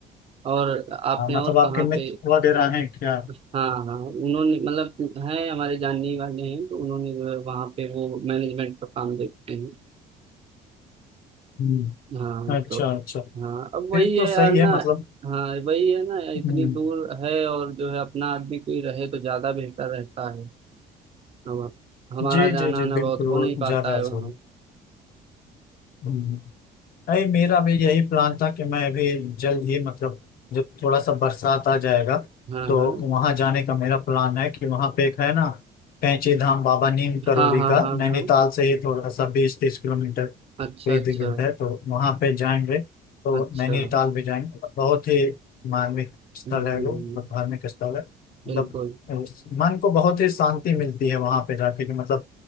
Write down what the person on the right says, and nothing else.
और आपने
और
कहाँ
पे
हाँ हाँ उन्होंने मतलब हैं हमारे जानने वाले हैं तो उन्होंने जो है वहाँ पे वो मैनेजमेंट का काम देखते हैं
हाँ
तो
हाँ अब
वही
है
यार ना
हाँ वही है ना इतनी
दूर है और जो है अपना आदमी कोई रहे तो ज्यादा बेहतर रहता है हम, हमारा
जाना
आना बहुत
हो
नहीं
पाता है
वहाँ
हाँ
हाँ
हाँ हाँ
हाँ
हाँ
अच्छा
अच्छा
अच्छा
हम्म,
बिल्कुल